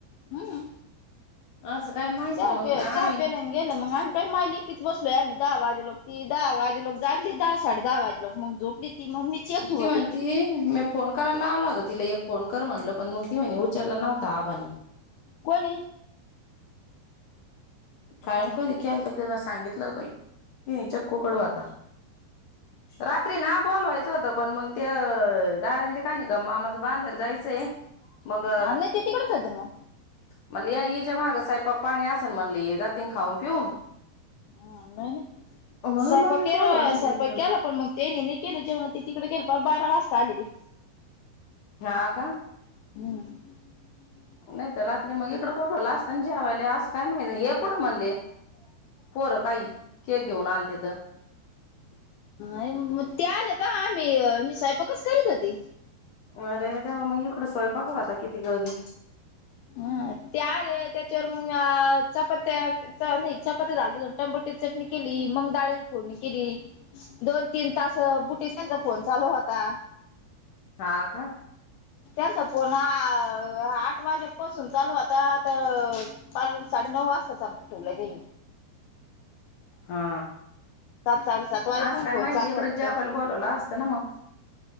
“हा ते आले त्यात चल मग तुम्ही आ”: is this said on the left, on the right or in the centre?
Left